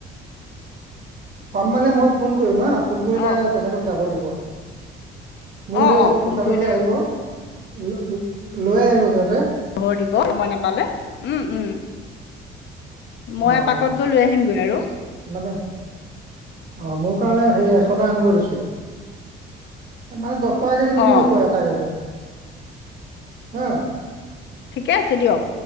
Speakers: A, on the right; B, on the left.
A: পাম মানে মই ফোন কৰিম হা, ফোন কৰিলে
B: অ
A: তেখেতক যাব দিব। মোৰ
B: অ
A: সেই
B: অ ফোন
A: দোকানলৈকে
B: কৰিলে
A: আহিব লৈ লৈ আহিব সিহঁতে।
B: খবৰ দিব সময় নাপালে, উম উম। মই
A: অ অ
B: এপাকত গৈ লৈ আহিমগৈ আৰু।
A: মানে অঁ মোৰ কাৰণে হে এশটা আনিব দিচে। মানে দহ টককে দিম বুলি
B: অ
A: কৈছে এটা ৰেটট হাঁ।
B: ঠিকে আছে দিয়ক,